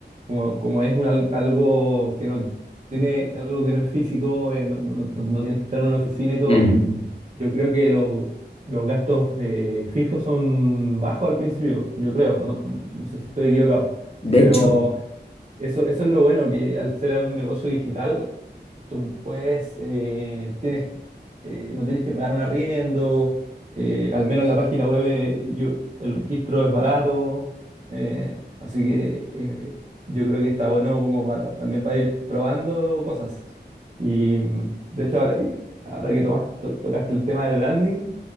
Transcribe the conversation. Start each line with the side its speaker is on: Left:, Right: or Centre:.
Right: como, como es un al- algo que no tiene, algo que no es físico, eh, no, no- no- no tienes que estar en una oficina y todo,
Left: Mm.
Right: Yo creo que los, los gastos eh, fijos son bajos al principio, yo creo, no, no sé si estoy equivocado,
Left: De
Right: pero
Left: hecho,
Right: eso, eso es lo bueno, que al ser un negocio digital, tú puedes, eh, tienes, eh, no tienes que pagar un arriendo, eh, al menos la página web eh, yo- el registro es barato, eh, así que eh, eh, yo creo que está bueno como pa- ta- también para ir probando cosas. Y mm, de hecho, ahora, y ahora que tomas- to- tocaste el tema del branding,